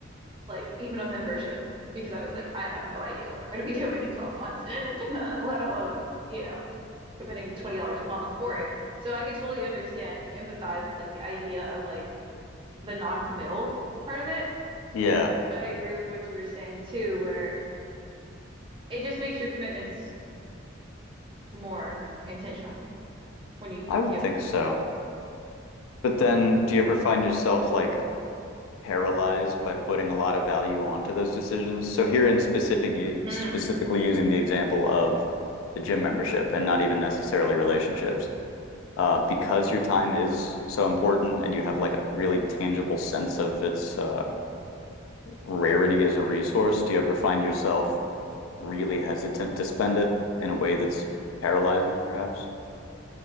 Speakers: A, on the right; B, on the left.
A: like even a membership because I was like, I have no idea what I'm going to be <laughs> doing in 12 months, <laughs> let alone, you know, committing $20 a month for it. So I could totally understand and empathize with like the idea of like the non-committal part of it.
B: Yeah,
A: But I agree with what you were saying too, where it just makes your commitments more intentional when you
B: I would
A: give
B: think
A: them.
B: so. But then, do you ever find yourself like paralyzed by putting a lot of value onto those decisions. So here in specific,
A: Mm.
B: specifically using the example of the gym membership and not even necessarily relationships, uh, because your time is so important and you have like a really tangible sense of its uh, rarity as a resource, do you ever find yourself really hesitant to spend it in a way that's paralyzing, perhaps?